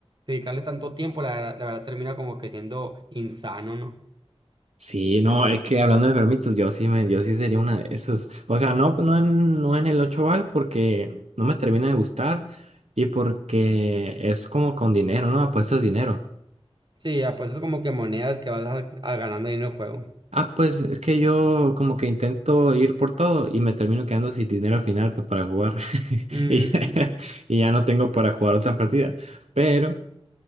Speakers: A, on the right (about 45°); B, on the right (about 80°).
A: dedicarle tanto tiempo, la, la verdad termina como que siendo insano, ¿no?
B: Sí, no, es que hablando de enfermitos, yo sí me, yo sí sería una de esos. O sea, no, no en, no en el 8 bal porque no me termina de gustar y porque es como con dinero, ¿no? Apuestas dinero.
A: Sí, apuestas como que monedas que vas a- a ganando ahí en el juego.
B: Ah, pues es que yo como que intento ir por todo y me termino quedando sin dinero al final pues para jugar. <laughs>
A: Mm,
B: Y, <laughs> y ya no tengo para jugar otras partidas. Pero,